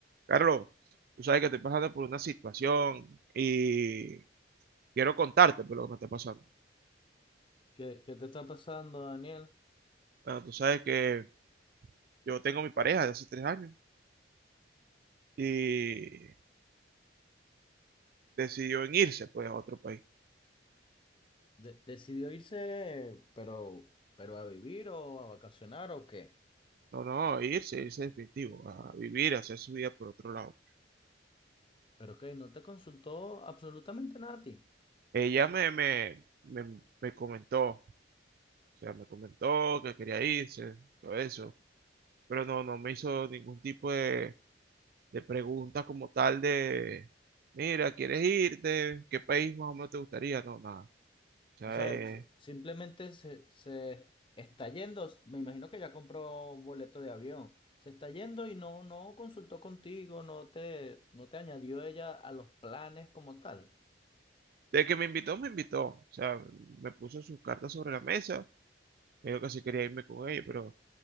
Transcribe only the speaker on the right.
Carlos, tú sabes que estoy pasando por una situación y quiero contarte por lo que me está pasando.
Bueno, tú sabes que yo tengo mi pareja de hace tres años y decidió en irse pues a otro país.
No, no, irse, irse definitivo, a vivir, a hacer su vida por otro lado.
Ella me, me, me, me comentó, o sea, me comentó que quería irse, todo eso, pero no, no me hizo ningún tipo de de preguntas como tal de, mira, ¿quieres irte? ¿Qué país más o menos te gustaría? No, nada. O sea,
eh,
de que me invitó, me invitó. O sea, me puso sus cartas sobre la mesa. Me dijo que sí quería irme con ella, pero